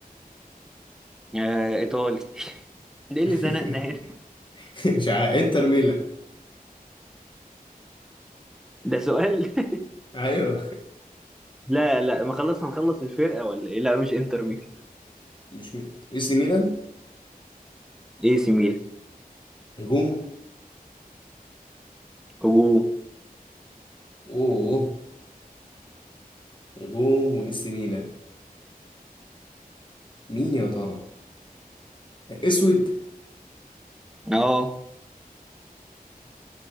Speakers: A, in the centre; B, on the left.
A: آه ايطالي <laughs> ده ايه اللي
B: <laughs>
A: زنقنا هنا
B: مش عارف انتر ميلان
A: ده سؤال <laughs>
B: <laughs> ايوه
A: لا لا ما خلص هنخلص الفرقه ولا ايه لا مش انتر ميلان
B: مش مي... اي سي ميلان
A: اي سي ميلان
B: هجوم
A: هجوم
B: اوه هجوم واي سي ميلان مين يا ترى اسود
A: اه